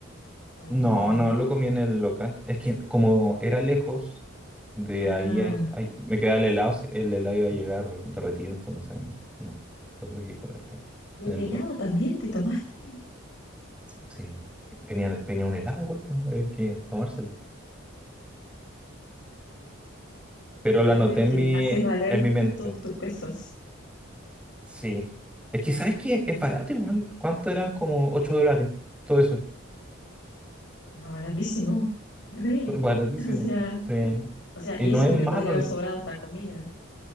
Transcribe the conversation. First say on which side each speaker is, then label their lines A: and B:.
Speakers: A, on the left; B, in the centre.
A: o ahí
B: No,
A: en el lugar.
B: no, lo comí en el local. Es que como era lejos, de
A: Ah,
B: ahí a- a- me quedaba el helado, si- el helado iba a llegar derretido, entonces no, lo tuve que comer ahí,
A: ¿y
B: en
A: el
B: el
A: helado
B: lugar.
A: también te tomaste?
B: Sí, es que venía, venía un helado igual, pues, hay que tomárselo. Pero
A: O
B: lo anoté
A: sea que
B: en mi,
A: haces valer
B: en mi mente.
A: todos tus pesos.
B: Sí. Es que, ¿sabes qué? Es barato igual. ¿Cuánto eran? Como 8 dólares. Todo eso.
A: Ah, baratísimo. Re.
B: <laughs> Baratísimo.
A: <laughs> O sea,
B: Sí.
A: O sea,
B: Y
A: y
B: no
A: eso
B: es
A: que
B: malo.
A: te podría haber sobrado esta comida.